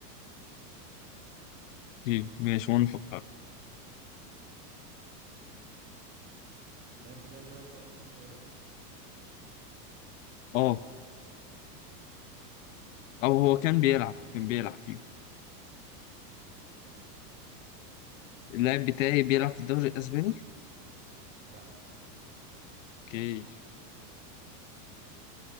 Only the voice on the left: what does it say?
اوكي ماشي وانا افكر
اه
او هو كان بيلعب كان بيلعب فيه
اللاعب بتاعي بيلعب في الدوري الاسباني
اوكي